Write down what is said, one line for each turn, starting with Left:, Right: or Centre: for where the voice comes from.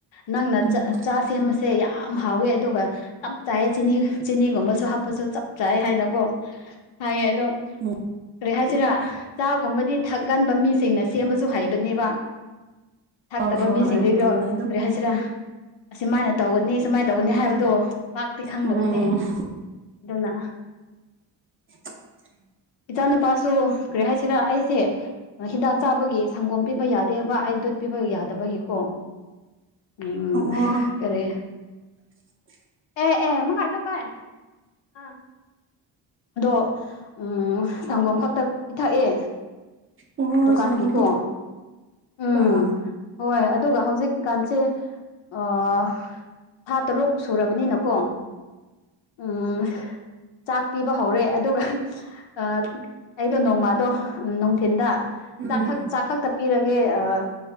Left: ꯅꯪꯅ
Right: ꯎꯝ
Left: ꯆ ꯆꯥ ꯁꯦꯝꯕꯁꯦ ꯌꯥꯝ ꯍꯥꯎꯋꯦ ꯑꯗꯨꯒ ꯆꯞ ꯆꯥꯏꯌꯦ ꯆꯤꯅꯤ ꯆꯤꯅꯤꯒꯨꯝꯕꯁꯨ ꯍꯥꯞꯄꯁꯨ ꯆꯥꯞ ꯆꯥꯌꯦ ꯍꯥꯏꯅꯀꯣ꯫ ꯍꯥꯏꯌꯦ ꯑꯗꯣ
Right: ꯎꯝ
Left: ꯀꯔꯤ ꯍꯥꯏꯁꯤꯔꯥ ꯆꯥꯒꯨꯝꯕꯗꯤ ꯊꯛꯒꯟꯕ ꯃꯤꯁꯤꯡꯅ ꯁꯦꯝꯕꯁꯨ ꯍꯩꯕꯅꯦꯕ꯫ ꯊꯥꯛꯇꯕ
Right: ꯍꯣꯏ ꯍꯣꯏ
Left: ꯃꯤꯁꯤꯡꯗꯒꯤ
Right: ꯍꯣꯏ ꯍꯩꯕꯅꯦ
Left: ꯒꫭ
Right: ꯑꯗꯨꯝ
Left: ꯀꯔꯤ ꯍꯥꯏꯁꯤꯔꯥ꯫ ꯑꯁꯤꯃꯥꯏꯅ ꯇꯧꯒꯅꯤ ꯁꯨꯃꯥꯏꯅ ꯇꯧꯒꯅꯤ
Right: ꯎꯝ
Left: ꯍꯥꯏꯕꯗꯣ ꯄꯥꯛꯇꯤ ꯈꯪꯗꯕꯅꯦ‌꯫
Right: ꯎꯝ
Left: ꯑꯗꯨꯅ
Right: <inaudible>
Left: ꯏꯆꯥ ꯅꯨꯨꯄꯥꯁꯨ ꯀꯔꯤ ꯍꯥꯏꯁꯤꯔꯥ ꯑꯩꯁꯦ ꯍꯤꯗꯥꯛ ꯆꯥꯕꯒꯤ ꯁꯪꯒꯣꯝ ꯄꯤꯕ ꯌꯥ ꯇꯦꯛꯕ ꯑꯩ ꯗꯨꯠ ꯄꯤꯕ ꯌꯥꯗꯕꯒꯤꯀꯣ ꯎꯝ
Right: ꯑꯣ
Left: ꯀꯔꯤ꯫
Right: <inaudible>
Left: <unintelligible> ꯑꯗꯣ ꯎꯝ ꯁꯪꯒꯣꯝ ꯈꯛꯇ ꯄꯤꯊꯛꯑꯦ꯫
Right: ꯑꯣ
Left: ꯗꯨꯀꯥꯟꯒꯤꯀꯣ
Right: ꯁꯪꯒꯣꯝ ꯄꯤꯊꯛꯄ꯭ꯔꯥ
Left: ꯎꯝ꯫ ꯍꯣꯏ ꯑꯗꯨꯒ ꯍꯧꯖꯤꯛꯀꯥꯟꯁꯦ ꯑꯣ ꯊꯥ ꯇꯔꯨꯛ ꯁꯨꯔꯕꯅꯤꯅꯀꯣ ꯎꯝ꯫ ꯆꯥꯛ ꯄꯤꯕ ꯍꯧꯔꯦ ꯑꯗꯨꯒ ꯑꯥ ꯑꯩꯗꯣ ꯅꯣꯡꯃꯥꯗꯣ ꯎꯝ ꯅꯨꯡꯊꯤꯟꯗ
Right: ꯎꯝ
Left: ꯆꯥꯛꯈꯛ ꯆꯥꯛꯈꯛꯇ ꯄꯤꯔꯒꯦ ꯑꯥ꯫